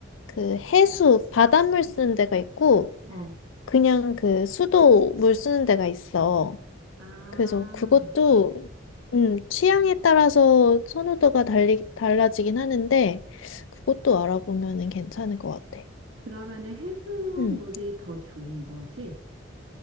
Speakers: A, on the left; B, on the right.
A: 그 해수 바닷물 쓰는 데가 있고
B: 어,
A: 그냥 그 수도 물 쓰는 데가 있어.
B: 아,
A: 그래서 그것도 음, 취향에 따라서 선호도가 달리, 달라지긴 하는데 그것도 알아보면은 괜찮을 것 같아.
B: 그러면은 해수물이
A: 음.
B: 더 좋은 거지?